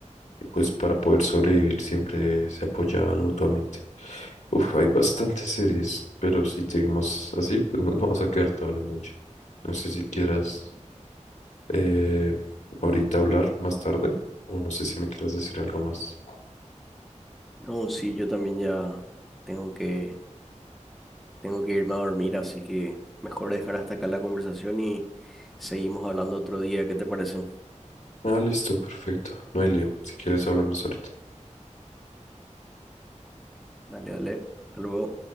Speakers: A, on the left (about 70°); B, in the centre.
A: y pues para poder sobrevivir siempre se apoyaban mutuamente. Uf, hay bastantes series, pero si seguimos así, pues nos vamos a quedar toda la noche. No sé si quieras eh, ahorita hablar más tarde, o no sé si me quieras decir algo más.
B: No, sí, yo también ya tengo que, tengo que irme a dormir, así que mejor dejar hasta acá la conversación y seguimos hablando otro día, ¿qué te parece?
A: Ah, listo, perfecto. No hay lío. Si quieres, hablamos ahorita.
B: Dale, dale. Hasta luego.